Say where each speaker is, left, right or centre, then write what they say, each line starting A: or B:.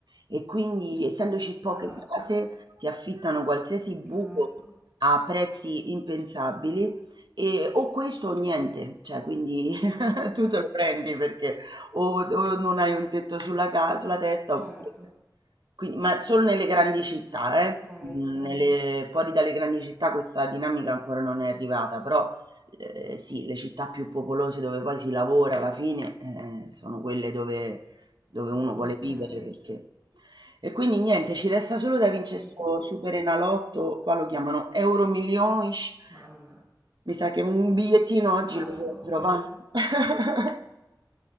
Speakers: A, on the right (about 80°); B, on the right (about 50°).
A: e quindi essendoci poche
B: Ah,
A: case ti affittano qualsiasi buco
B: ah, ecco.
A: a prezzi impensabili e o questo o niente, cioè quindi <laughs> tu
B: Mm,
A: te lo prendi perché o, o non hai un tetto sulla, ca- sulla testa
B: certo.
A: oppure Qui ma solo nelle grandi città,
B: Ok,
A: eh. Mhmm,
B: ok.
A: nelle fuori dalle grandi città questa dinamica ancora non è arrivata, però, ehm, sì, le città più popolose dove poi si lavora alla fine, ehm, sono quelle dove dove uno vuole
B: Ok.
A: vivere perché e quindi niente, ci resta solo da vince
B: Sì,
A: 'sto
B: sì, sì,
A: Superenalotto,
B: sì, sì.
A: qua lo chiamano Euromillions.
B: Mamma.
A: Mi sa che un bigliettino oggi
B: Ah,
A: lo compro,
B: ok.
A: va. <laughs>